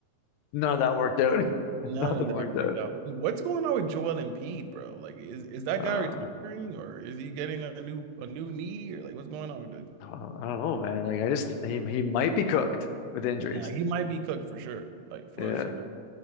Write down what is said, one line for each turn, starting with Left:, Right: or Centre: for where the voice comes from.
Left: None of that worked out. <laughs>
Right: none
Left: Nothing
Right: of that
Left: worked
Right: worked
Left: out.
Right: out. And what's going on with Joel Embiid, bro? Like, is, is that
Left: Uh,
Right: guy retiring or is he getting a new a new knee or like what's going on with the
Left: I don't I don't know, man. Like I just he he might be cooked with injuries.
Right: yeah, he might be cooked for sure. Like for
Left: Yeah,
Right: sure.